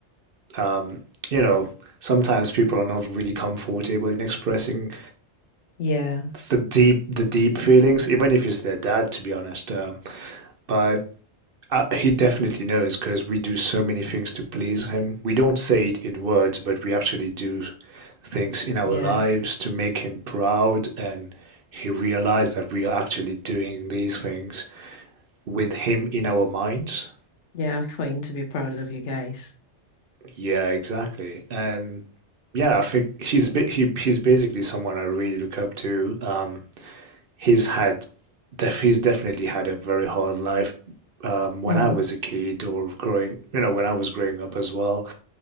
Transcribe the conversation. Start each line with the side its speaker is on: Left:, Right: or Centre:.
Right: um, you know sometimes people are not really comfortable in expressing
Left: yeah,
Right: the deep the deep feelings, even if it's their dad, to be honest. Uh, but Uh, he definitely knows because we do so many things to please him. We don't say it in words, but we actually do things in our
Left: yeah,
Right: lives to make him proud. And he realized that we are actually doing these things with him in our minds.
Left: yeah. For him to be proud of you guys.
Right: Yeah, exactly. And yeah, I think he's ba- he, he's basically someone I really look up to. Um, he's had def he's definitely had a very hard life um, when
Left: Mm,
Right: I was a kid or growing, you know, when I was growing up as well.